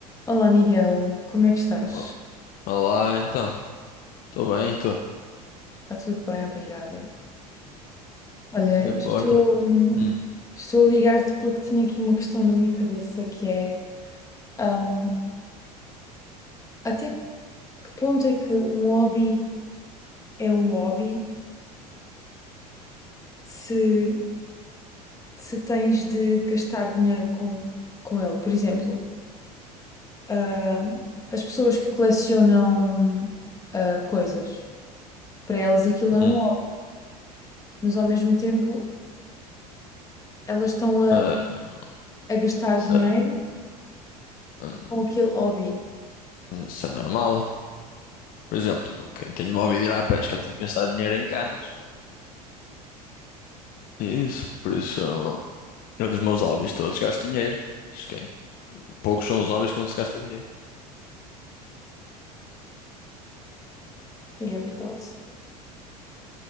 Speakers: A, on the left; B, on the left.
A: Olá, Miguel, como é que estás?
B: O- Olá, então. Tô bem, tô.
A: Está tudo bem, obrigada. Olha,
B: O que importa?
A: estou, hum,
B: Hum,
A: estou a ligar-te porque tinha aqui uma questão na minha cabeça que é, hum, até que ponto é que um hobby é um hobby se, se tens de gastar dinheiro com, com ele? Por exemplo, hum, as pessoas que colecionam, ah, coisas, para elas aquilo
B: hum,
A: é um hobby, mas ao mesmo tempo elas estão a
B: ah, hum,
A: a gastar
B: isso
A: dinheiro.
B: é, hum,
A: com aquele hobby.
B: hum, isso é normal. Por exemplo, quem tem um hobby de ir à pesca tem que gastar dinheiro em canas. É Isso, por isso eu, eu dos meus hobbies todos gasto dinheiro. Acho que é- poucos são os hobbies que não se gasta dinheiro.
A: Sim, é verdade.